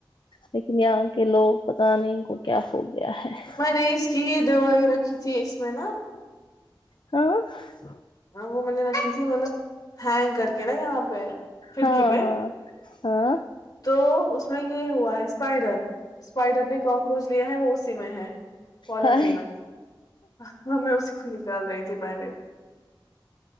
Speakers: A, on the left (about 65°); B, on the left (about 50°).
A: لیکن یہاں <unintelligible> کہ لوگ پت نہیں ان کو کیا ہوگا <unintelligible> د ہے <unintelligible>
B: میں نے اس کی دوائی رکھی ت <unintelligible> جی اس میں نا <unintelligible>
A: ہاں <unintelligible>
B: ہاں وہ میں نے رکھی تھی مطلب ہینگ کر کے نا یہاں پہ کھڑکی
A: ہاں
B: پہ
A: ہاں ہاں
B: تو اس میں یہ ہوا ہے اسپائڈر اسپائڈر نے کاکروچ ل ہے وہ اسی میں ہے <unintelligible> پالتن
A: ہاں
B: ماں میں اسی کو نکال رہی تھی <unintelligible> پ نے <unintelligible>